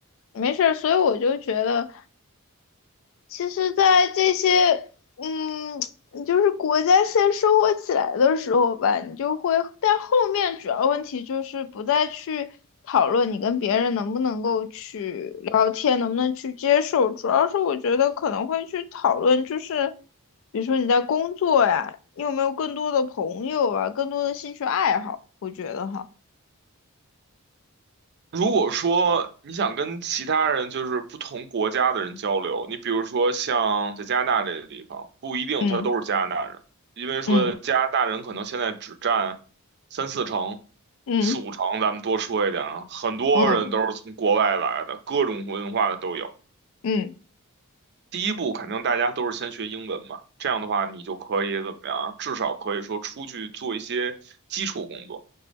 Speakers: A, on the left (about 60°); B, on the right (about 50°).
A: 没事儿，所以我就觉得，其实，在这些，嗯，<tsk> 就是国家先生活起来的时候吧，你就会，但后面主要问题就是不再去讨论你跟别人能不能够去聊天，能不能去接受，主要是我觉得可能会去讨论，就是比如说你在工作呀，你有没有更多的朋友啊，更多的兴趣爱好，我觉得哈，
B: 如果说你想跟其他人，就是不同国家的人交流，你比如说像在加拿大这个地方，不一定他都是加拿大人，
A: 嗯
B: 因为说加拿大人可能现在只占三四成、
A: 嗯嗯。
B: 四五成，咱们多说一点啊，很多人都是从国外来的，
A: 嗯
B: 各种文化的都有。
A: 嗯
B: 第一步肯定大家都是先学英文嘛，这样的话你就可以怎么样啊至少可以说出去做一些基础工作，